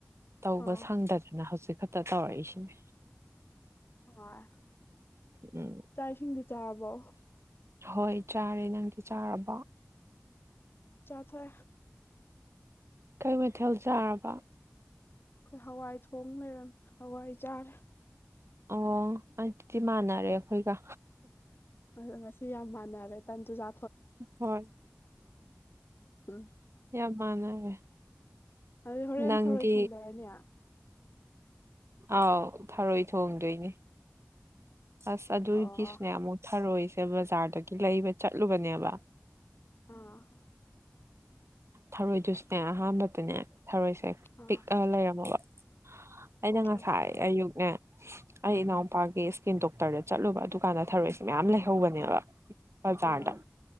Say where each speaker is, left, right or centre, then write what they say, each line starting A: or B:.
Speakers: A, on the right; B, on the left.
A: ꯇꯧꯕ
B: ꯑꯣ
A: ꯁꯪꯗꯗꯅ ꯍꯧꯖꯤꯛ ꯈꯛꯇ ꯇꯧꯔꯛꯏꯁꯤꯅꯦ
B: ꯍꯣꯏ
A: ꯎꯝ
B: ꯆꯥꯛ ꯏꯁꯤꯡꯗꯤ ꯆꯥꯔꯕꯣ
A: ꯍꯣꯏ ꯆꯥꯔꯦ ꯅꯪꯒꯤ ꯆꯥꯔꯕ
B: ꯆꯥꯊꯦ
A: ꯀꯩ ꯃꯩꯊꯦꯜ ꯆꯥꯔꯕ
B: ꯑꯩꯈꯣꯏ ꯍꯋꯥꯏ ꯊꯣꯡ ꯂꯩꯔꯝꯃꯦ ꯍꯋꯥꯏ ꯆꯥꯔꯦ
A: ꯑꯣ ꯑꯗꯨꯗꯤ ꯃꯥꯟꯅꯔꯦ ꯑꯩꯈꯣꯏꯒ
B: ꯑ ꯉꯁꯤ ꯌꯥꯝ ꯃꯥꯟꯅꯔꯦ ꯇꯟꯗꯨꯨꯖꯥ
A: ꯍꯣꯏ
B: ꯎꯝ
A: ꯌꯥꯝ ꯃꯥꯟꯅꯔꯦ
B: ꯑꯗꯨ ꯍꯣꯔꯦꯟ
A: ꯅꯪꯗꯤ
B: ꯊꯔꯣꯏ ꯊꯣꯡꯗꯔꯅꯤ
A: ꯑꯥꯎ ꯊꯔꯣꯏ ꯊꯣꯡꯗꯣꯏꯅꯦ ꯑꯁ ꯑꯗꯨꯒꯤꯁꯨꯅꯦ
B: ꯑꯣ
A: ꯑꯃꯨꯛ ꯊꯔꯣꯏꯁꯦ ꯕꯖꯥꯔꯗꯒꯤ ꯂꯩꯕ ꯆꯠꯂꯨꯕꯅꯦꯕ
B: ꯑꯥ
A: ꯊꯔꯣꯏꯗ ꯑꯦ ꯑꯍꯥꯟꯕꯗꯅꯦ ꯊꯔꯣꯏꯁꯦ
B: ꯑꯣ
A: ꯄꯤꯛꯑꯒ ꯂꯩꯔꯝꯃꯕ ꯑꯩꯅ
B: ꯑꯣ
A: ꯉꯁꯥꯏ ꯑꯌꯨꯛꯅꯦ ꯑꯩ ꯏꯅꯥꯎꯄꯥꯒꯤ ꯏꯁꯀꯤꯟ ꯗꯣꯛꯇꯔꯗ ꯆꯠꯂꯨꯕ ꯑꯗꯨꯀꯥꯟꯗ ꯊꯔꯣꯏꯁꯦ ꯃꯌꯥꯝ ꯂꯩꯍꯧꯕꯅꯦꯕ ꯕꯖꯥꯔꯗ
B: ꯑꯥ